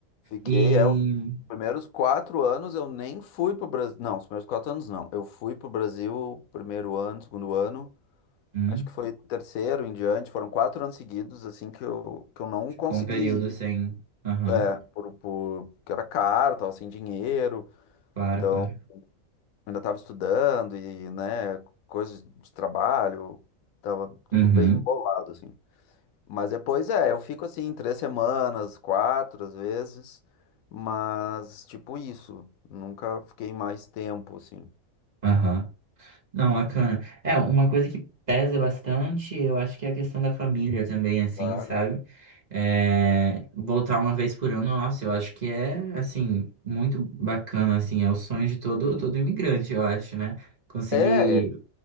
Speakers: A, on the left; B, on the right.
A: Fiquei,
B: E
A: é, os primeiros quatro anos eu nem fui pro Brasil. Não, os primeiros quatro anos não. Eu fui pro Brasil primeiro ano, segundo ano.
B: hum,
A: Acho que foi o terceiro em diante, foram quatro anos seguidos, assim, que eu, que eu não
B: ficou
A: consegui
B: um período sem.
A: ir,
B: Aham,
A: é, por, por, porque era caro, tava sem dinheiro,
B: claro,
A: então
B: claro.
A: ainda tava estudando e, né, coisas de trabalho, tava tudo
B: Uhum,
A: bem embolado, assim. Mas depois, é, eu fico, assim, três semanas, quatro, às vezes, mas, tipo, isso, nunca fiquei mais tempo, assim.
B: aham. Não, bacana. É, uma coisa que pesa bastante, eu acho que é a questão da família também, assim,
A: Claro.
B: sabe? É, voltar uma vez por ano, nossa, eu acho que é, assim, muito bacana, assim, é o sonho de todo,
A: Sim.
B: todo imigrante, eu acho, né? Conseguir
A: É,